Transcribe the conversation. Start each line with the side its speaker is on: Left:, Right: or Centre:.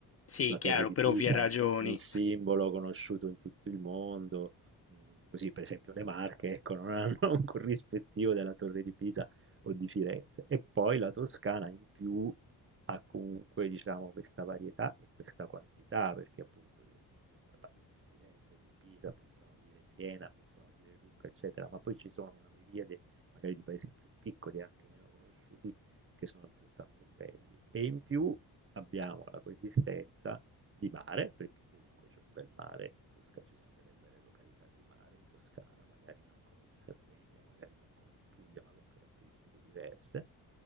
Left: sì,
Right: la
Left: chiaro,
Right: Torre di
Left: per
Right: Pisa
Left: ovvie ragioni.
Right: è un simbolo conosciuto in tutto il mondo, mhmm, così per esempio le Marche, ecco, non hanno <laughs> un corrispettivo della Torre di Pisa o di Firenze. E poi la Toscana in più ha comunque, diciamo, questa varietà e questa quantità, perché appunto io ti ho parlato di Firenze, di Pisa, possiamo dire Siena, possiamo dire Lucca, eccetera, ma poi ci sono una miriade magari di paesi più piccoli, anche meno conosciuti, che sono altrettanto belli. E in più abbiamo la coesistenza di mare, perché comunque c'è un bel mare in Toscana, ci sono delle belle località di mare in Toscana, magari non come in Sardegna, magari non come in Puglia, ma con caratteristiche diverse.